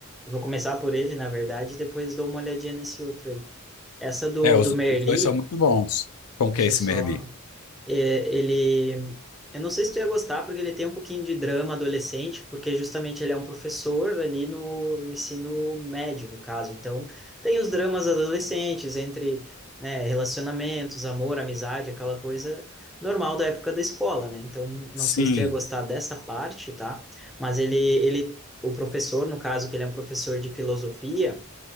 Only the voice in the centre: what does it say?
eu vou começar por ele, na verdade, e depois dou uma olhadinha nesse outro aí. Essa do,
do Merli,
deixa
eu só
É, ele, eu não sei se tu ia gostar, porque ele tem um pouquinho de drama adolescente, porque justamente ele é um professor ali no, no ensino médio, no caso. Então, tem os dramas adolescentes entre, né, relacionamentos, amor, amizade, aquela coisa normal da época da escola, né? Então,
não sei se tu ia gostar dessa parte, tá? Mas ele, ele, o professor, no caso, que ele é um professor de filosofia.